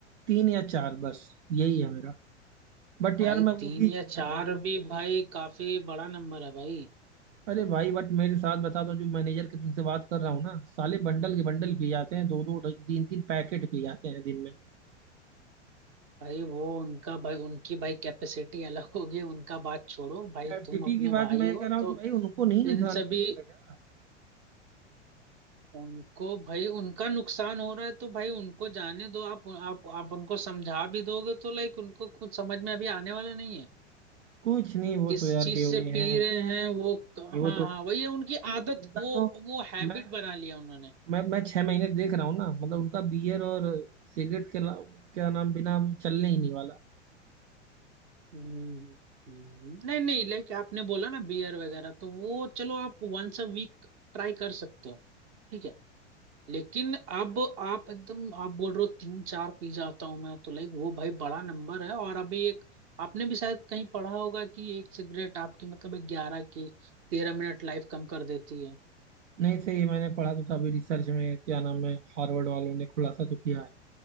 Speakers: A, on the right; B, on the right.
A: तीन या चार बस यही है मेरा बट यार
B: भाई
A: मैं
B: तीन
A: वो भी
B: या
A: छोड़ना
B: चार
A: चाहता हूँ
B: भी भाई काफी बड़ा नंबर है भाई
A: अरे भाई बट मेरे साथ बता दो जो मैनेजर के तुमसे बात कर रहा हूँ ना साले बंडल के बंडल पी जाते हैं दो दो तीन तीन पैकेट पी जाते हैं दिन में
B: भाई वो उनका भाई उनकी भाई कैपेसिटी अलग होगी उनका बात छोड़ो भाई
A: कैपेसिटी
B: तुम अपने
A: की
B: भाई
A: बात मैं
B: हो
A: कह रहा हूँ
B: तो
A: कि भाई उनको नहीं नुकसान
B: इन सभी
A: करता है क्या
B: उनको भाई उनका नुकसान हो रहा है तो भाई उनको जाने दो आप आप आप उनको समझा भी दोगे तो लाइक उनको कुछ समझ में अभी आने वाला नहीं है
A: कुछ नहीं वो
B: किस
A: तो यार
B: चीज
A: बेवड़े
B: से
A: हैं
B: पी रहे हैं वो हाँ
A: नहीं वो तो
B: हाँ वही है उनकी आदत
A: उनका
B: वो
A: तो
B: वो हैबिट
A: मैं
B: बना लिया उन्होंने
A: मैं मैं छह महीने से देख रहा हूँ ना मतलब उनका बियर और सिगरेट के ला- क्या नाम बिना चलने ही नहीं वाला
B: हम्म, हम्म। नहीं नहीं लाइक आपने बोला ना बियर वगैरह तो वो चलो आप वंस अ वीक ट्राई कर सकते हो ठीक है लेकिन अब आप एकदम आप बोल रहे हो तीन चार पी जाता हूं मैं तो लाइक वो भाई बड़ा नंबर है और अभी एक आपने भी शायद कहीं पढ़ा होगा कि एक सिगरेट आपकी मतलब ग्यारह की तेरह मिनट लाइफ कम कर देती है
A: नहीं सही है, मैंने पढ़ा तो था अभी रिसर्च में क्या नाम है हार्वर्ड वालों ने खुलासा तो किया है